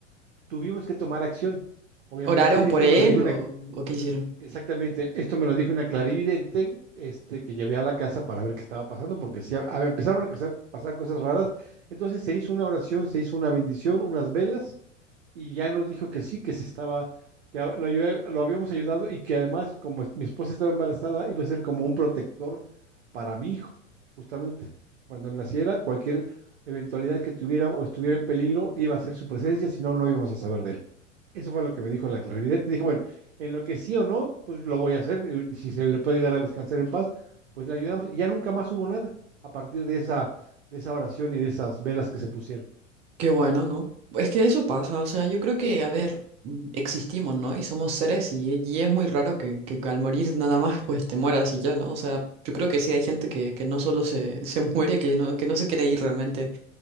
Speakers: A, on the right; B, on the right.
A: tuvimos que tomar acción. Obviamente,
B: oraron por
A: esto
B: él
A: me lo dijo una
B: o, o qué hicieron?
A: Exactamente, esto me lo dijo una clarividente, este, que llevé a la casa para ver qué estaba pasando, porque si a- a- empezaron a pasar, pasar cosas raras. Entonces se hizo una oración, se hizo una bendición, unas velas, y ya nos dijo que sí, que se estaba, que a- lo, ayudé- lo habíamos ayudado y que además, como es- mi esposa estaba embarazada, iba a ser como un protector para mi hijo, justamente. Cuando él naciera, cualquier eventualidad que tuviera o estuviera en peligro, iba a ser su presencia, si no, no íbamos a saber de él. Eso fue lo que me dijo la clarividente. Dije, bueno, en lo que sí o no, pues lo voy a hacer. eh, y Si se le puede ayudar a descansar en paz, pues le ayudamos. Y ya nunca más hubo nada a partir de esa, de esa oración y de esas velas que se pusieron.
B: Qué bueno, ¿no? Es que eso pasa, o sea, yo creo que, a ver, mm, existimos, ¿no? Y somos seres y, y es muy raro que, que al morir nada más, pues, te mueras y ya, ¿no? O sea, yo creo que sí hay gente que, que no solo se, <laughs> se muere, que no, que no se quiere ir realmente.